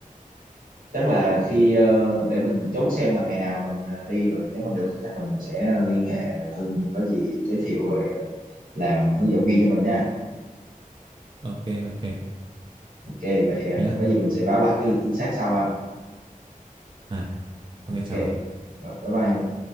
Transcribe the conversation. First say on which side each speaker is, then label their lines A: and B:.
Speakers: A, on the right; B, on the right.
A: chắc là khi ờ, để mình chốt xem là ngày nào mình ờ, đi rồi nếu mà được thì chắc là mình sẽ liên hệ Hưng có gì giới thiệu rồi ờ, làm hướng dẫn viên cho mình nha
B: Ok ok.
A: ok vậy ờ,
B: Thế nhá.
A: có gì mình sẽ báo lại cái lịch chính xác sau ha
B: À
A: ok
B: ok chào bạn.
A: rồi, bye bye Hưng.